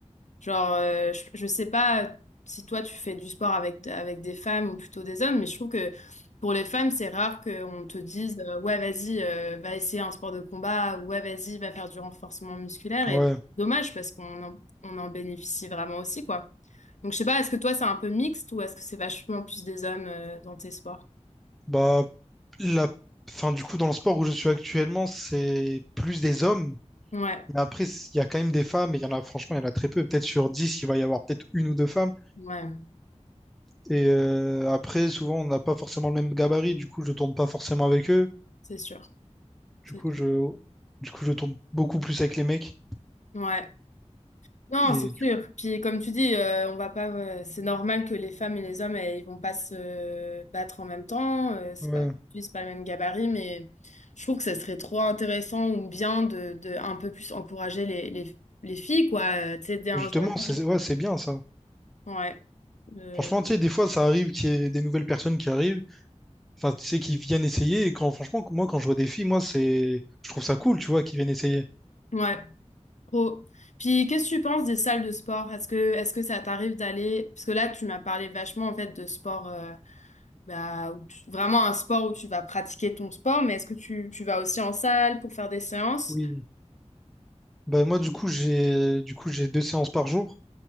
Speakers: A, on the left; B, in the centre.
A: Genre, euh, je, je sais pas si toi tu fais du sport avec, avec des femmes ou plutôt des hommes, mais je trouve que pour les femmes, c'est rare qu'on te dise euh, ouais, vas-y, euh, va essayer un sport de combat, ou ouais, vas-y, va faire du renforcement musculaire.
B: Ouais.
A: Et dommage parce qu'on en, on en bénéficie vraiment aussi, quoi. Donc, je sais pas, est-ce que toi c'est un peu mixte ou est-ce que c'est vachement plus des hommes euh, dans tes sports?
B: Bah, la. Enfin, du coup, dans le sport où je suis actuellement, c'est plus des hommes.
A: Ouais,
B: Mais après, il y a quand même des femmes, et il y en a, franchement, il y en a très peu. Peut-être sur 10, il va y avoir peut-être une ou deux femmes.
A: ouais,
B: Et euh, après, souvent, on n'a pas forcément le même gabarit, du coup, je tourne pas forcément avec eux.
A: c'est sûr,
B: Du
A: c'est
B: coup,
A: sûr.
B: je, du coup, je tourne beaucoup plus avec les mecs.
A: Ouais. Non,
B: Et
A: c'est
B: du
A: sûr. Puis comme tu dis, euh, on va pas. euh, c'est normal que les femmes et les hommes, euh, ils vont pas se battre en même temps. Euh, c'est
B: coup, ouais.
A: pas, puis c'est pas le même gabarit, mais je trouve que ça serait trop intéressant ou bien de, de un peu plus encourager les, les, les filles, quoi. Euh, tu sais, dès un
B: Justement,
A: jeune
B: c'est
A: âge.
B: ouais,
A: euh,
B: c'est bien ça.
A: ouais. Euh,
B: Franchement, tu sais, des fois, ça arrive qu'il y ait des nouvelles personnes qui arrivent, enfin, tu sais, qui viennent essayer. Et quand, franchement, moi, quand je vois des filles, moi, c'est, je trouve ça cool, tu vois, qu'ils viennent essayer.
A: ouais. Trop. Puis qu'est-ce que tu penses des salles de sport? Est-ce que est-ce que ça t'arrive d'aller? Parce que là, tu m'as parlé vachement en fait de sport. euh, bah, où tu- vraiment un sport où tu vas pratiquer ton sport, mais est-ce que tu, tu vas aussi en salle pour faire des séances?
B: Oui. Bah, moi, du coup, j'ai, du coup, j'ai deux séances par jour.